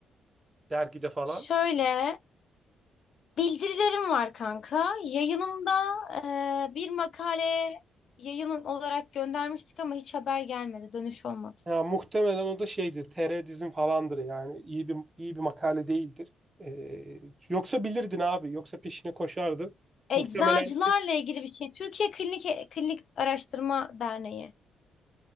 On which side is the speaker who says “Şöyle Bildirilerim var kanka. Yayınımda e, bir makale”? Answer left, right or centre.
Left